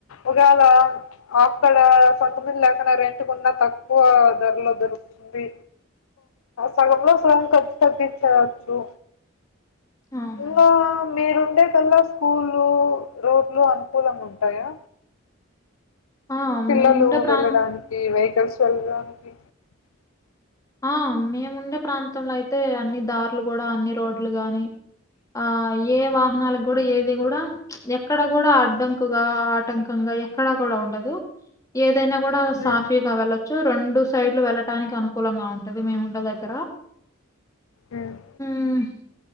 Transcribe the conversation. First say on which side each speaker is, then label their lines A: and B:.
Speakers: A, on the left; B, on the left.
A: ఒకవేళ అక్కడ సొంతమిల్లు లేకున్నా రెంట్కున్నా తక్కువ ధరల దొరు. దీ సగంలో సగం ఖర్చు తగ్గించవచ్చు.
B: అవునండి.
A: ఇంకా మీరుండే గాళ్ళే స్కూలు. లు రోడ్లు అనుకూలంగా ఉంటాయా
B: ఆ!
A: పిల్లలు
B: మేముండే ప్రాం
A: వెళ్ళడానికి వెహికల్స్ వెళ్ళడానికి
B: ఆ మేముండే ప్రాంతంలో అయితే అన్ని దార్లు కూడా అన్ని రోడ్లు గాని ఆ ఏ వాహనాల కూడా ఏది కూడా ఎక్కడ కూడా అడ్డంకుగా ఆటంకంగా ఎక్కడా కూడా ఉండదు ఏదైనా కూడా
A: హ్మ్.
B: సాఫీగా వెళ్లచ్చు రెండు సైడ్లు వెళ్ళటానికి అను కులంగా ఉంటది మేము ఉండే దగ్గర
A: ఉమ్మ్
B: ఉమ్మ్